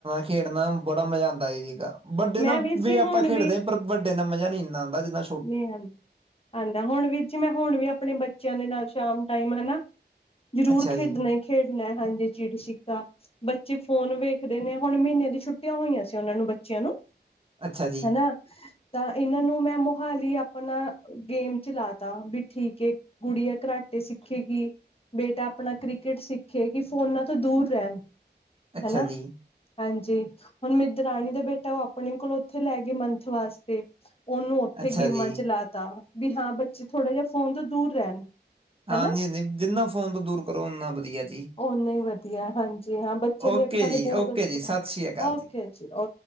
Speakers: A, on the right (about 30°); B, on the left (about 35°).
A: ਖੇਡਣਾ ਬੜਾ ਮਜ਼ਾ ਆਂਦਾ ਸੀਗਾ। ਵੱਡੇ
B: ਮੈਂ
A: ਨਾਲ
B: ਵੀਰ
A: ਵੀ
B: ਜੀ
A: ਆਪਾਂ
B: ਹੁਣ
A: ਖੇਡਦੇ ਹਾਂ ਪਰ ਵੱਡੇ ਦਾ ਮਜ਼ਾ ਨਹੀਂ ਇੰਨਾ ਆਉਂਦਾ ਜਿੱਦਾਂ।
B: ਨਹੀ ਹੁੰਦਾ ਹੁਣ ਵੀਰ ਜੀ ਮੈਂ ਹੁਣ ਵੀ ਆਪਣੇ ਬੱਚਿਆਂ ਦੇ ਨਾਲ ਸ਼ਾਮ ਟਾਈਮ ਹਨਾ। ਜ਼ਰੂਰ
A: ਅੱਛਾ
B: ਖੇਡਣਾ
A: ਜੀ
B: ਖੇਡਣਾ ਹਾਂਜੀ ਚਿੜੀ ਛਿੱਕਾ ਬੱਚੇ। ਫੋਨ ਵੇਖਦੇ ਨੇ ਹੁਣ ਮਹੀਨੇ ਦੀ ਛੁੱਟੀਆਂ ਹੋਈਆਂ ਸੀ ਉਹਨਾਂ ਨੂੰ ਬੱਚਿਆਂ ਨੂੰ।
A: ਅੱਛਾ ਜੀ
B: ਹਨਾ ਤਾਂ ਇਹਨਾਂ ਨੂੰ ਮੈਂ। ਲਈ ਆਪਣਾ ਗੇਮ ਚਲਾ ਤਾ ਵੀ ਠੀਕ ਆ ਕੁੜੀ ਆ ਕਰਾਟੇ ਸਿੱਖੇਗੀ। ਬੇਟਾ ਆਪਣਾ ਕ੍ਰਿਕਟ ਸਿੱਖੇ ਕਿ ਫੋਨਾਂ ਤੋਂ ਦੂਰ ਰਹਿਣ।
A: ਅੱਛਾ
B: ਹੈ ਨਾ
A: ਜੀ,
B: ਹਾਂਜੀ ਹੁਣ ਮੇਰੀ ਦਰਾਣੀ ਦਾ ਬੇਟਾ ਉਹ ਆਪ। ਆਪਣੇ ਕੋਲੋਂ ਉੱਥੇ ਲੈ ਗਏ ਮੰਥ ਵਾਸਤੇ ਉਹਨੂੰ ਉੱਥੇ
A: ਅੱਛਾ
B: ਗੇਮਾਂ
A: ਜੀ,
B: ਚਲਾ ਤਾ ਵੀ ਹਾਂ ਬੱਚੇ ਥੋੜਾ ਜਿਹਾ ਫੋਨ ਤੋਂ ਦੂਰ ਰਹਿਣ।
A: ਹਾਂਜੀ
B: ਹਨਾ
A: ਹਾਂਜੀ ਜਿੰਨਾ ਫੋਨ ਤੋਂ ਦੂਰ ਕਰੋ ਓਨਾ ਵਧੀਆ ਜੀ।
B: ਓਨਾ ਹੀ ਵਧੀਆ ਹਾਂਜੀ ਹਾਂ ਬੱਚਿਆਂ
A: ਓਕੇ
B: ਦੀ ਅੱਖਾਂ
A: ਜੀ
B: ਤੇ ਬਹੁਤ
A: ਓਕੇ
B: ਅਸਰ
A: ਜੀ ਸਤਿ ਸ੍ਰੀ ਅਕਾਲ
B: okay
A: ਜੀ।
B: Okay